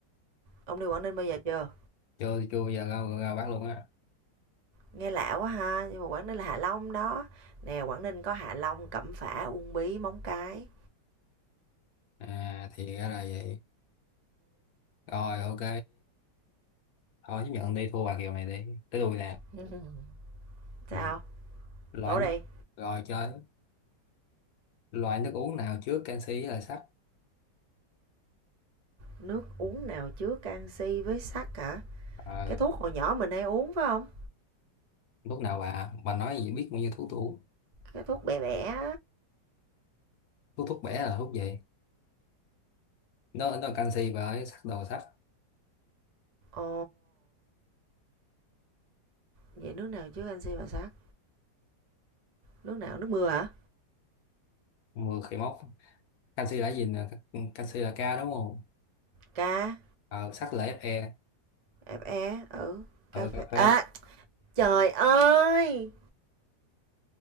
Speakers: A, on the right; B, on the left.
A: Ông đi Quảng Ninh bao giờ chưa?
B: chưa chưa bao giờ ra ra bác luôn á.
A: Nghe lạ quá ha, nhưng mà Quảng Ninh là Hạ Long đó. Nè, Quảng Ninh có Hạ Long, Cẩm Phả, Uông Bí, Móng Cái.
B: À thì ra là vậy. Rồi ok. thôi chứ nhận đi thua bà Kiều này đi tới đuôi nè
A: Ừ. Sao?
B: ừ. loại
A: Đổ
B: nước
A: đây,
B: rồi chơi loại nước uống nào trước canxi là sắt
A: nước uống nào chứa canxi với sắt hả?
B: ờ
A: Cái thuốc hồi nhỏ mình hay uống phải không?
B: lúc nào bà bà nói gì biết bao nhiêu thuốc tôi uống
A: Cái thuốc bẻ bẻ
B: thuốc thuốc bẻ là thuốc gì nó nó là canxi và ấy sắt đồ sắt
A: Ồ, vậy nước nào chứa canxi và sắt? Nước nào? Nước mưa hả?
B: mưa khỉ mốc canxi là gì nè canxi là K đúng không
A: Ca,
B: ờ sắt là Fe
A: FE, ừ,
B: ờ
A: cà phê.
B: cà phê
A: À, trời ơi,